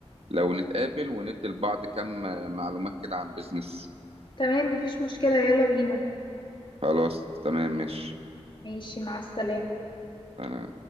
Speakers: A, on the right; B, on the left.
A: لو نتقابل وندي لبعض كم معلومات كده عن بيزنس
B: تمام مفيش مشكلة يلا بينا
A: خلاص تمام ماشي
B: ماشي مع السلامة
A: أنا